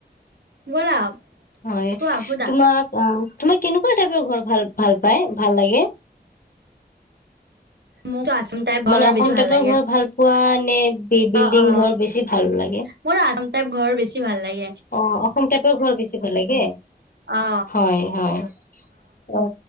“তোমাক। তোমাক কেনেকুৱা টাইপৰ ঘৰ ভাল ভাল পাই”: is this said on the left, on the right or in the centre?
Left